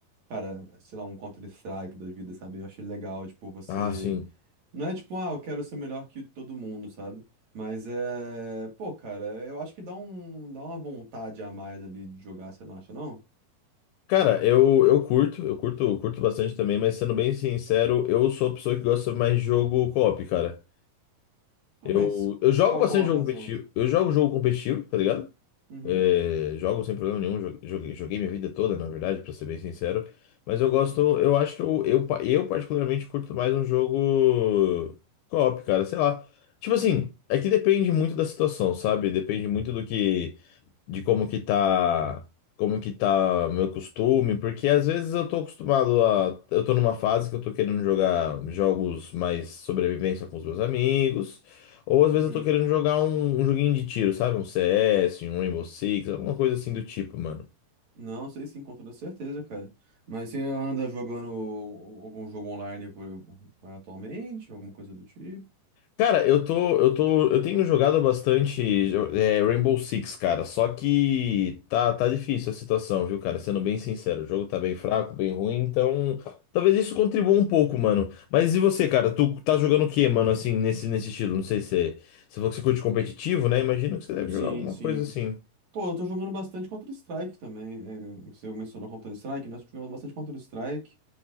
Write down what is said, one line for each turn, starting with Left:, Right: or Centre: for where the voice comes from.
Right: cara, sei lá, um Counter-Strike da vida, sabe? Eu achei legal, tipo, você.
Left: Ah, sim.
Right: Não é tipo, ah, eu quero ser melhor que todo mundo, sabe? Mas é. Pô, cara, eu acho que dá um, dá uma vontade a mais ali de jogar, você não acha, não?
Left: Cara, eu, eu curto, eu curto, eu curto bastante também, mas sendo bem sincero, eu sou a pessoa que gosta mais de jogo co-op, cara.
Right: Ah,
Left: Eu,
Right: mas
Left: eu jogo
Right: qual,
Left: bastante
Right: qual a
Left: jogo
Right: razão?
Left: competitivo, eu jogo jogo competitivo, tá ligado?
Right: Uhum,
Left: É, jogo sem problema nenhum, jo- joguei, joguei minha vida toda, na verdade, pra ser bem sincero. Mas eu gosto, eu acho que eu, eu, pa- eu particularmente curto mais um jogo co-op, cara, sei lá. Tipo assim, é que depende muito da situação, sabe? Depende muito do que de como que tá, como que tá meu costume, porque às vezes eu tô acostumado a, eu tô numa fase que eu tô querendo jogar jogos mais sobrevivência com os meus amigos, ou às
Right: uhum.
Left: vezes eu tô querendo jogar um, um joguinho de tiro, sabe? Um CS, um Rainbow Six, alguma coisa assim do tipo, mano.
Right: Não, sei sim, com toda certeza, cara. Mas você anda jogando algum jogo online por- atualmente, alguma coisa do tipo?
Left: Cara, eu tô, eu tô, eu tenho jogado bastante é, Rainbow Six, cara. Só que tá, tá difícil a situação, viu, cara? Sendo bem sincero, o jogo tá bem fraco, bem ruim, então talvez isso contribua um pouco, mano. Mas e você, cara? Tu tá jogando o quê, mano? Assim, nesse nesse estilo? Não sei se é- você falou que você curte competitivo, né? Imagino que você deve
Right: Sim,
Left: jogar alguma
Right: sim.
Left: coisa assim.
Right: Pô, eu tô jogando bastante Counter-Strike também. É, você mencionou Counter-Strike, nós jogamos bastante Counter-Strike,